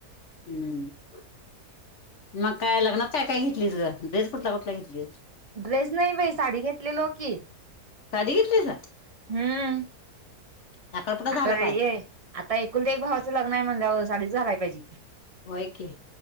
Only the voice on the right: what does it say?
ड्रेस नाइ बाई साडी घेतलेलो की
हम्म.
आता
ये आता एकुलत एक भावाचं लग्नाय म्हणल्या साडीच घालायला पाहिजे की